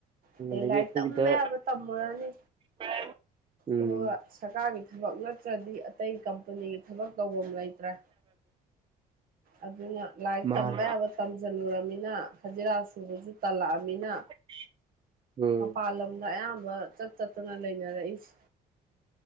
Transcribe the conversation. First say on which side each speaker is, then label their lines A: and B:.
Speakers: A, on the right; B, on the right.
A: ꯑꯗꯩꯩ
B: ꯑꯗꯒꯤ
A: ꯂꯥꯏꯔꯤꯛ
B: ꯑꯩꯈꯣꯏꯒꯤꯗ
A: ꯇꯝꯕ ꯌꯥꯕ ꯇꯝꯃꯨꯔꯅꯤ
B: <unintelligible> ꯎꯝ
A: ꯑꯗꯨꯒ ꯁꯔꯀꯥꯔꯒꯤ ꯊꯕꯛ ꯅꯠꯇ꯭ꯔꯗꯤ ꯑꯇꯩ ꯀꯝꯄꯅꯤꯒꯤ ꯊꯕꯛ ꯇꯧꯕꯝ ꯂꯩꯇ꯭ꯔꯦ꯫ ꯑꯗꯨꯅ ꯂꯥꯏꯛ
B: ꯃꯥꯅꯤ
A: ꯇꯝꯕ ꯌꯥꯕ ꯇꯝꯁꯤꯜꯂꯨꯨꯔꯝꯅꯤꯅ ꯍꯖꯤꯔꯥ ꯁꯨꯕꯁꯨ ꯇꯜꯂꯛꯑꯝꯤꯅ
B: <inaudible>
A: ꯄꯥꯥꯜ ꯂꯝꯗ ꯑꯌꯥꯝꯕ ꯆꯠ ꯆꯠꯇꯅ ꯂꯩꯅꯔꯛꯏꯁꯤ꯫